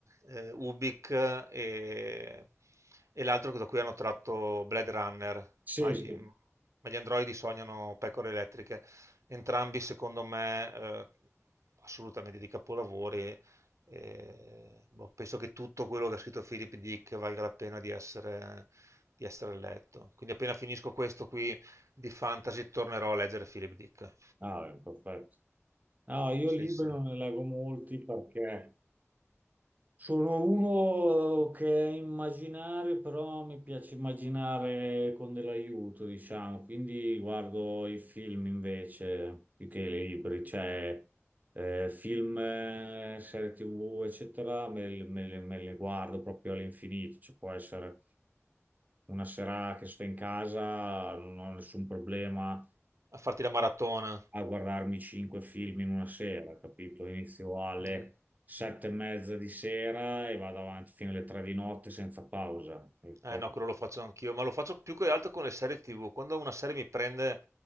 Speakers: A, on the right; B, on the right.
A: eh, Ubik e, e l'altro da cui hanno tratto Blade Runner,
B: sì,
A: ma gli,
B: sì.
A: ma gli androidi sognano pecore elettriche. Entrambi, secondo me, eh, assolutamente di capolavori. E, boh, penso che tutto quello che ha scritto Philip Dick valga la pena di essere, di essere letto. Quindi appena finisco questo qui, di fantasy tornerò a leggere Philip Dick.
B: Ah, beh, perfetto. No, io
A: Sì,
B: libri
A: sì.
B: non ne leggo molti perché sono uno che è immaginario, però mi piace immaginare con dell'aiuto, diciamo, quindi guardo i film invece più che i libri, cioè eh, film, eh, serie TV, eccetera, me, me- me le guardo proprio all'infinito, ci può essere una sera che sto in casa, non ho nessun problema
A: A farti la maratona.
B: a guardarmi cinque film in una sera, capito? Inizio alle
A: Mm.
B: sette e mezza di sera e vado avanti fino alle tre di notte senza pausa. E
A: Eh
B: poi-
A: no, quello lo faccio anch'io, ma lo faccio più che altro con le serie TV. Quando una serie mi prende